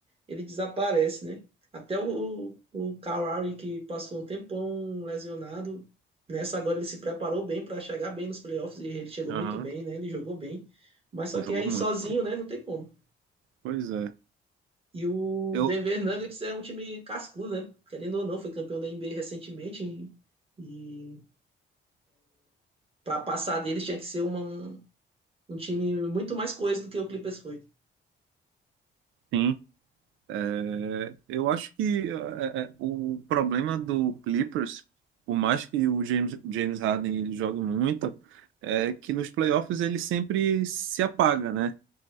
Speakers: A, on the right; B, on the right.
A: ele desaparece, né? Até o, o Kawhi, que passou um tempão lesionado, nessa agora ele se preparou bem para chegar bem nos playoffs e ele chegou
B: Aham.
A: muito bem, né? Ele jogou bem, mas só
B: Pô,
A: que
B: jogou
A: aí
B: muito.
A: sozinho, né? Não tem como.
B: Pois é.
A: E o
B: Eu
A: Denver Nuggets é um time cascudo, né? Querendo ou não, foi campeão da NBA recentemente e, e para passar deles tinha que ser uma, um, um time muito mais coeso do que o Clippers foi.
B: sim. É, eu acho que é, é, o problema do Clippers, por mais que o James, James Harden ele jogue muito, é que nos playoffs ele sempre se apaga, né?